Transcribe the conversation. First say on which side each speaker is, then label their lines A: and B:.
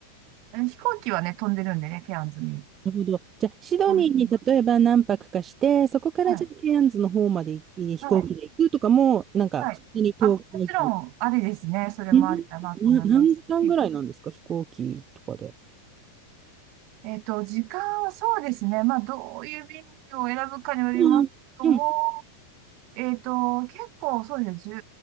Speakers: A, on the right; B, on the right.
A: え飛行機はね、飛んでるんでね、ケアンズに。
B: なるほど。じゃあ、シドニーに例えば何泊かして、
A: うん
B: そこからじゃあケアンズの方までい飛行機で行くとかも、
A: はい。はい。
B: なんか、
A: はい。
B: そんなに遠くないっていう。
A: あ、もちろん、ありですね。それもありだなと思いますし。
B: えーな何時間ぐらいなんですか、飛行機とかで。
A: えっと、時間はそうですね。まあ、どういう便を選ぶかによりますけども、
B: うんうん。
A: えっと、結構そうですね。